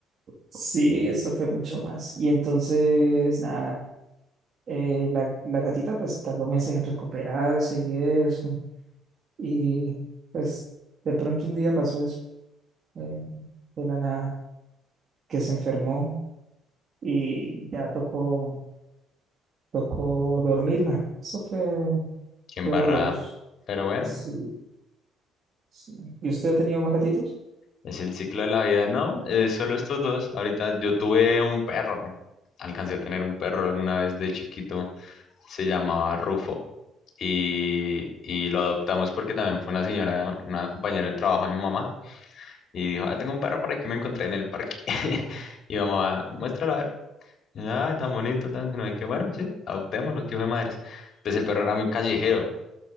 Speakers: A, on the right (about 50°); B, on the left (about 55°).
A: Sí, eso fue mucho más. Y entonces, nada, eh, la, la gatita pues tardó meses en recuperarse y eso. Y pues de pronto un día pasó eso, eh, de la nada, que se enfermó y ya tocó, tocó dormirla. Eso fue,
B: Qué embarrada.
A: fue doloroso.
B: Pero bueno,
A: Sí, sí. ¿Y usted ha tenido más gatitos?
B: es el ciclo de la vida, ¿no? Es solo estos dos. Ahorita yo tuve un perro. Alcancé a tener un perro alguna vez de chiquito. Se llamaba Rufo. Y, y lo adoptamos porque también fue una señora, una compañera del trabajo de mi mamá. Y dijo, ah, tengo un perro por aquí, me encontré en el parque. <laughs> Y mamá, muéstralo a ver. Y, yo, Ay, tan bonito, tan que no es que bueno, sí, adoptémoslo, que hijo de madres. Entonces el perro era muy callejero.